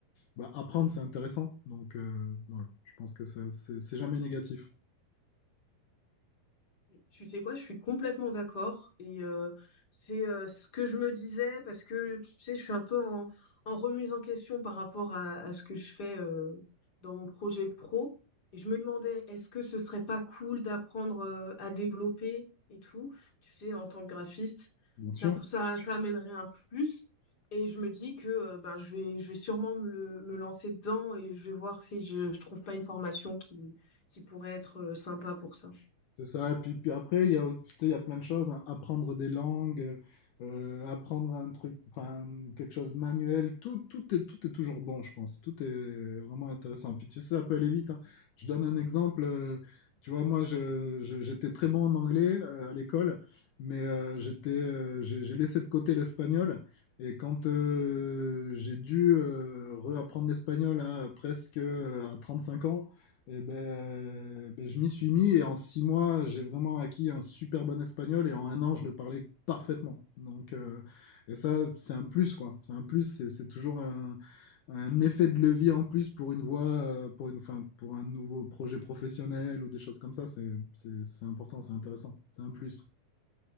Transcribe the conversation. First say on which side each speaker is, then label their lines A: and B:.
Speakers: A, on the left; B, on the left.
A: bah, apprendre, c'est intéressant. Donc, euh, voilà, je pense que c'est c'est- c'est jamais négatif.
B: Tu sais quoi, je suis complètement d'accord. Et euh, c'est euh, ce que je me disais parce que, tu sais, je suis un peu en, en remise en question par rapport à, à ce que je fais euh, dans mon projet pro. Et je me demandais, est-ce que ce serait pas cool d'apprendre euh, à développer et tout, tu sais, en tant que graphiste,
A: Bien
B: ça,
A: sûr.
B: pour- ça, ça amènerait un plus. Et je me dis que euh, ben, je vais, je vais sûrement me, le- me lancer dedans et je vais voir si je, je trouve pas une formation qui, qui pourrait être euh, sympa pour ça.
A: C'est ça, et puis, puis après, il y a, tu sais, il y a plein de choses, hein. Apprendre des langues, euh, apprendre un truc, enfin, quelque chose manuel, tout, tout est, tout est toujours bon, je pense. Tout est vraiment intéressant. Puis tu sais, ça peut aller vite, hein. Je donne un exemple, euh, tu vois, moi, je, je- j'étais très bon en anglais euh, à l'école, mais euh, j'étais, euh, j'ai j'ai laissé de côté l'espagnol, et quand euh, j'ai dû euh, réapprendre l'espagnol à presque euh, à cinq ans, et ben, ben, je m'y suis mis et en six mois, j'ai vraiment acquis un super bon espagnol et en un an, je le parlais parfaitement. Donc, euh, et ça, c'est un plus, quoi. C'est un plus, c'est c'est toujours un, un effet de levier en plus pour une voie, euh, pour une, enfin, pour un nouveau projet professionnel ou des choses comme ça. C'est, c'est, c'est important, c'est intéressant, c'est un plus.